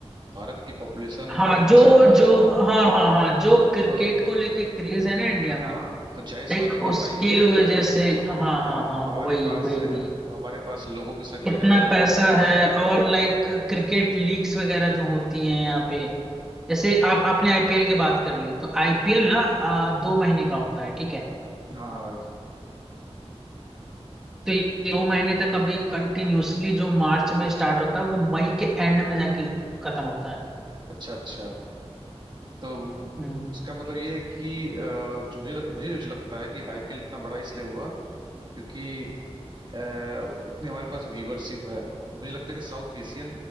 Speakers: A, on the right; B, in the centre.
A: भारत की पॉपुलेशन
B: हाँ
A: इतनी
B: जो
A: ज्यादा
B: जो
A: है
B: हाँ हाँ हाँ जो क्रिकेट
A: तो
B: को लेके क्रेज है ना इंडिया
A: हाँ
B: में
A: तो जाहिर सी
B: लाइक
A: बात है कि
B: उसकी
A: भाई
B: वजह
A: हम
B: से हाँ हाँ
A: हम
B: हाँ
A: हमारे
B: वही
A: पास
B: वही वही
A: हमारे पास लोगों की संख्या
B: इतना
A: ज्यादा है
B: पैसा
A: तो
B: है और लाइक क्रिकेट लीग्स वगैरह जो होती हैं यहाँ पे जैसे आप आपने आईपीएल की बात कर ली तो आईपीएल ना आ, दो महीने का होता है ठीक है
A: हाँ भाई
B: तो ये दो महीने तक अभी कंटिन्यूअसली जो मार्च में स्टार्ट होता है वो मई के एंड में जाके खत्म होता है
A: अच्छा अच्छा तो
B: हम्म हम्म,
A: इसका मतलब ये है कि अ, जो मुझे लग- मुझे जो लगता है कि आईपीएल इतना बड़ा इसलिए हुआ क्योंकि अ, इतने हमारे पास व्यूअरशिप है और मुझे लगता है कि साउथ एशियन